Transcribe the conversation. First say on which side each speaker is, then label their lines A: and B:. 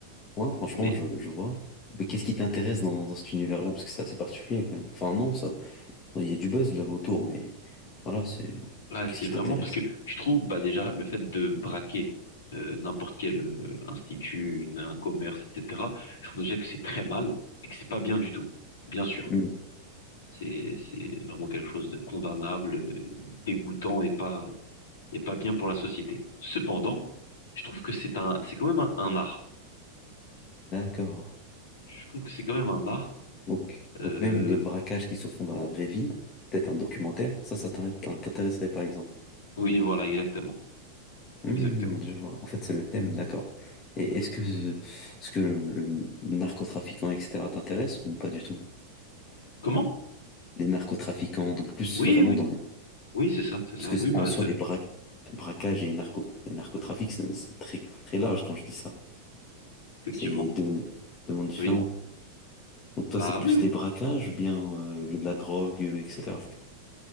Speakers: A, on the left (about 30°); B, on the left (about 60°).
A: Ouais, franchement,
B: Mais
A: je, je vois. Mais qu'est-ce qui t'intéresse dans, dans cet univers-là? Parce que c'est assez particulier quand même. Enfin, non, ça, il y a du buzz là autour, mais voilà, c'est.
B: Ouais,
A: Qu'est-ce
B: c'est
A: qui
B: vraiment
A: t'intéresse?
B: parce que je trouve bah déjà le fait de braquer euh, n'importe quel euh, institut, une- un commerce, etc. Je trouve déjà que c'est très mal et que c'est pas bien du tout. Bien sûr,
A: Hmm,
B: c'est c'est vraiment quelque chose de condamnable, euh, dégoûtant et pas et pas bien pour la société. Cependant, je trouve que c'est un c'est quand même un, un art.
A: D'accord.
B: Je trouve que c'est quand même un art.
A: Donc,
B: Euh,
A: donc même les braquages qui se font dans la vraie vie, peut-être un documentaire, ça, ça t'in- t'in- t'intéresserait par exemple.
B: oui, voilà, exactement,
A: Hmm,
B: exactement.
A: je vois. En fait, c'est le thème, d'accord. Et est-ce que, est-ce que le, le narcotrafiquant, etc., t'intéresse ou pas du tout?
B: Comment?
A: Les narcotrafiquants, donc plus
B: Oui,
A: vraiment
B: oui,
A: dans le...
B: oui, c'est ça, c'est
A: Parce
B: ça.
A: que c'est-
B: Oui, bah,
A: en soi,
B: c'est-
A: les bra- braquages et, narco et narcotrafic, c'est c'est très, très large quand je dis ça.
B: effectivement.
A: C'est deux, deux mondes différents.
B: Oui,
A: Donc toi,
B: bah
A: c'est plus
B: oui,
A: les braquages ou bien euh, le- de la drogue, euh, etc.